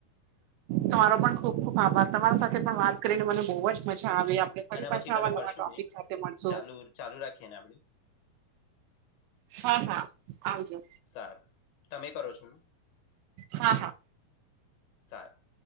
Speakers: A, on the right; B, on the left.
A: તમારો પણ ખુબ ખુબ આભાર તમારા સાથે પણ વાત કરીને મને બહુ જ મજા આવે આપડે. ફરી
B: આના
A: પાછા
B: પછી
A: આવા
B: તમે
A: નવા
B: કરશો
A: ટોપિક
B: ને
A: સાથે મળશો.
B: ચાલુ ચાલુ રાખીએ ને આપણે
A: હા હા આવજો.
B: સારું તમે કરો છો?
A: હા હા.
B: સાર